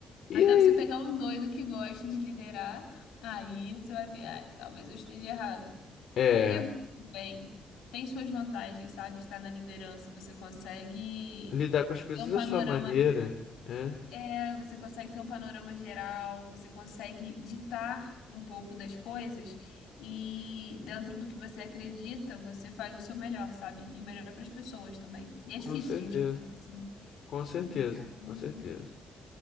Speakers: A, on the left (about 70°); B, on the left (about 85°).
A: E
B: Até
A: aí,
B: você pegar um doido que gosta de liderar, aí você vai ver, ah, talvez eu esteja errado.
A: é,
B: Porque é bom também. Tem suas vantagens, sabe? Estar na liderança, você consegue
A: lidar com as coisas
B: ter um panorama.
A: da sua maneira, é,
B: É, você consegue ter um panorama geral, você consegue ditar um pouco das coisas e dentro do que você acredita, você faz o seu melhor, sabe? E o melhor para as pessoas também. E é
A: com
B: difícil,
A: certeza,
B: gente, assim.
A: com certeza,
B: Então,
A: com certeza.